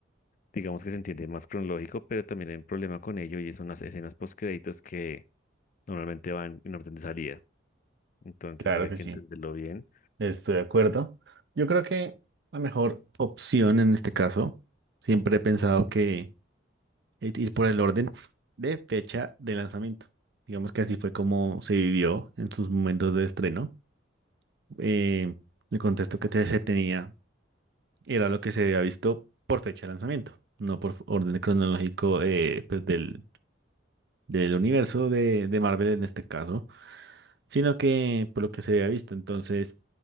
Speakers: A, on the left; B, on the right.
A: digamos que se entiende más cronológico, pero también hay un problema con ello y son las escenas postcréditos que normalmente van en orden de salida. Entonces
B: claro
A: habría
B: que
A: que
B: sí,
A: entenderlo bien.
B: estoy de acuerdo. Yo creo que la mejor opción en este caso, siempre he pensado que es ir por el orden de fecha de lanzamiento. Digamos que así fue como se vivió en sus momentos de estreno. Eh, el contexto que te- se tenía era lo que se había visto por fecha de lanzamiento, no por orden cronológico eh, pues, del, del universo de, de Marvel en este caso, sino que por lo que se había visto. Entonces,